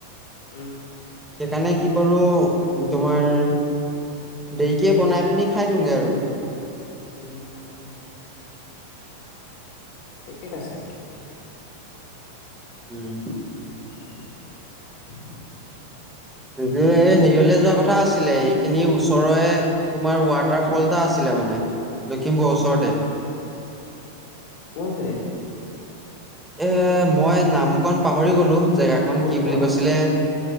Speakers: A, on the left; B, in the centre.
A: উম।
B: সেইকাৰণে কি কৰো তোমাৰ। দেইৰিকে বনাই পিনি খাই দিওঁগৈ আৰু।
A: উম ঠিক ঠিক আছে।
B: উম।
A: উম।
B: যে হেৰিয়লৈ যোৱা কথা আছিলে এইখিনি ওচৰৰে। তোমাৰ ৱাটাৰফল এটা আছিলে মানে, লখিমপুৰ ওচৰতে।
A: কোনখিনি।
B: এ মই নামকণ পাহৰি গলো জেগাকন
A: ক'ত
B: কি
A: ক'ত?
B: বুলি কৈছিলে।